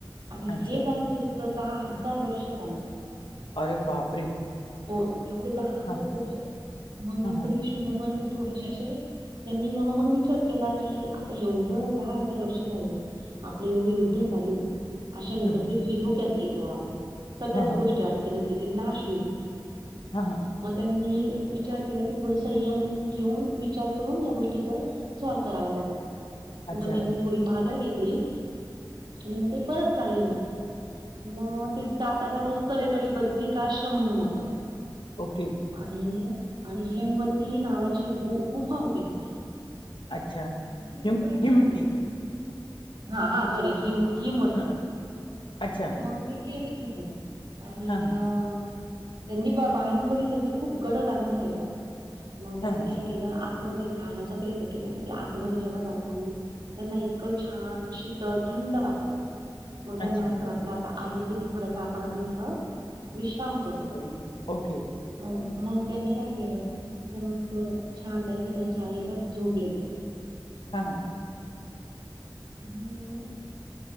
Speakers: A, on the right (about 65°); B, on the left (about 85°).
A: आणि
B: अच्छा.
A: हे त्यांच युद्ध दहा हजार वर्ष चाललं.
B: अरे बापरे!
A: हो एवढे दहा हजार
B: हां,
A: वर्ष, मग
B: हां,
A: नंतर
B: हां.
A: विष्णू भगवान पण थोडेसे असे त्यांनी मनोमण विचार केला की आता एवढं दहा हजार वर्ष झाले. आपलं एवढं युद्ध चालू हे. अशानी
B: हं,
A: तर
B: हं.
A: पृथ्वी धोक्यात येईल बॉ सगळ्याच
B: हां, हां.
A: गोष्टी अडचणीत येतील नाश होईल.
B: हा हा!
A: मग त्यांनी विचार केला की थोड संयम ठेवून विचार करून या गोष्टीच. सॉल्व करावा लागेल,
B: अच्छा.
A: म त्यांनी थोडी माघार घेतली. आणि म ते परत चालले होते. म ते जाता जाता उत्तरेकडे बद्रीकाआश्रम म्हणून होत.
B: ओके!
A: आणि, आणि हेमवती नावाची गु-गुफा होती तिथे.
B: अच्छा
A: मग ते तिथे
B: हिम-हिमती?
A: थोडे थांबले हा हा सॉरी हिम-हिमवती
B: हां. अच्छा.
A: मं ग ते गेले तिथे! आणि
B: हां, हां.
A: अ! त्यांनी बा-बाहेरून बघितलं की खूप गडद अंधार आहे बा, मग त्यांनी
B: हां, हां.
A: काय के ला आतमध्ये जाण्याचा प्रयत्न केला तर ते आतमध्ये जेव्हा जायला लागली त्यांना इतकं छान शीतल थंड वाटलं. मंग त्यांना
B: अच्छा.
A: असं वाटलं आता आलोच हे इथे थोडस आपण आता इथं विश्राम करू.
B: अ, ओके!
A: अ म्हणून त्यांनी काय केलं? तिथे मस्त छान त्यांच्या त्यांच्या याच्यात झोपले त्यां.
B: हां, हां.
A: आणि म!